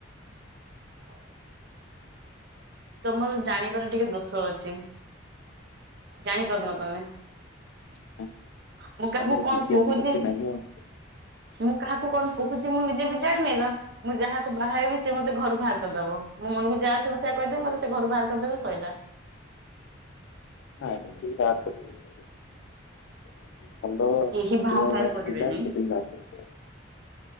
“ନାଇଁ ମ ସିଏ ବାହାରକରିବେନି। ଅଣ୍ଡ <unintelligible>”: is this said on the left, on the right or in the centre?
Left